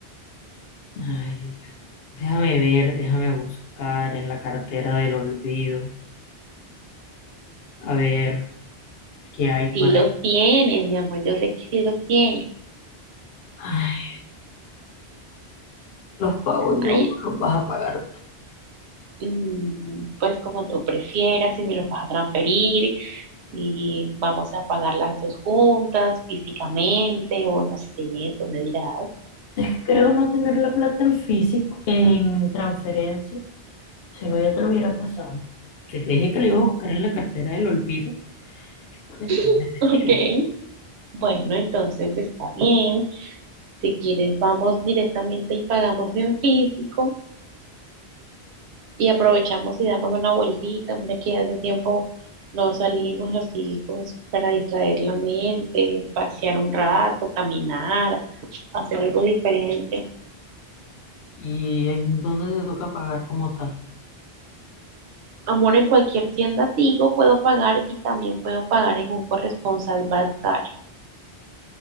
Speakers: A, on the left; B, on the right.
A: Ay, déjame ver, déjame buscar en la cartera del olvido. A ver, ¿qué hay
B: Si
A: por
B: los
A: ahí?
B: tienes, mi amor, yo sé que sí los tienes.
A: Ay, los pago yo,
B: Ay,
A: los vas a pagar tú.
B: mm, pues como tú prefieras, si me los vas a transferir, si vamos a pagar las dos juntas físicamente o no sé, tú me dirás.
A: Es que creo no tener la plata en físico, en transferencia. Si no, ya te lo hubiera pasado. Que te dije que lo iba a buscar en la cartera del olvido, porque es
B: <laughs>
A: Steam.
B: Ok, bueno, entonces está bien. Si quieres, vamos directamente y pagamos en físico. y aprovechamos y damos una vueltica. Mira que hace tiempo no salimos así pues para distraer la mente, pasear un rato, caminar, hacer algo diferente.
A: Y en dónde te toca pagar como tal.
B: Amor, en cualquier tienda Tigo puedo pagar y también puedo pagar en un corresponsal bancario.